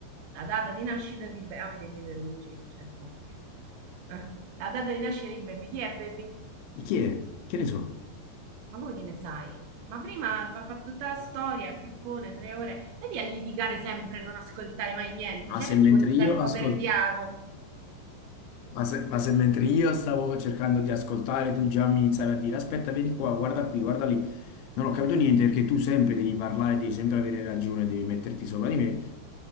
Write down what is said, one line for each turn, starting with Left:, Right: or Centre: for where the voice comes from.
Right: La data di nascita di... Be- ah, vedi, mi prendi in giro, cioè, ovvio. Eh, La data di nascita di Baby. Chi è Baby?
Left: Di chi è? Che ne so?
Right: Ma come che ne sai? Ma prima fa, fa tutta la storia, il pippone, tre ore. Vedi a litigare sempre, non ascoltare mai niente.
Left: Ma
Right: Cioè,
Left: se
Right: vedi
Left: mentre
Right: quanto
Left: io
Right: tempo
Left: ascolto...
Right: perdiamo.
Left: Ma se, ma se mentre io stavo cercando di ascoltare, tu già mi iniziavi a dire: Aspetta, vieni qua, guarda qui, guarda lì. Non ho capito niente perché tu sempre devi parlare, devi sempre avere ragione, devi metterti sopra di me.